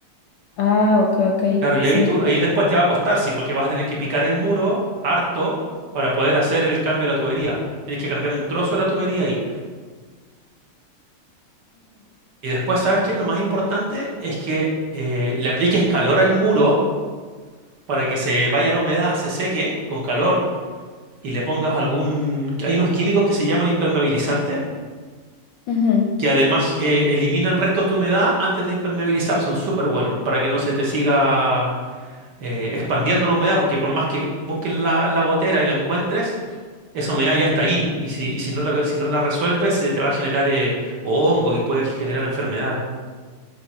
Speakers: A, on the left; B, on the right.
A: Ah, ok, ok,
B: Claro, y
A: sí.
B: ahí, tú, ahí después te va a costar, sí, porque vas a tener que picar el muro harto para poder hacer el cambio de la tubería. Tienes que cambiar un trozo de la tubería ahí. Y después, ¿sabes qué? Lo más importante es que eh, le apliques calor al muro para que se vaya la humedad, se seque con calor y le pongas algún... Hay unos químicos que se llaman impermeabilizantes
A: Ujú, ujú.
B: que además eh, eliminan restos de humedad antes de impermeabilizar. Son súper buenos para que no se te siga eh, expandiendo la humedad, porque por más que busques la, la gotera y la encuentres, esa humedad ya está ahí. Y si, y si no la, si no la resuelves, se te va a generar eh, hongos y puedes generar enfermedades.